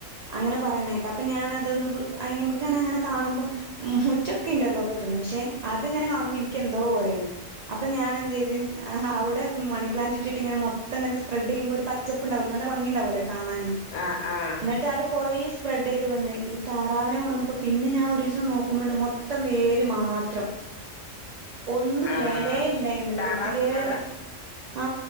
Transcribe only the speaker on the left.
ആഹ് ആഹ് ആഹ്
ആഹ്
താറാവ്
തിന്നതാ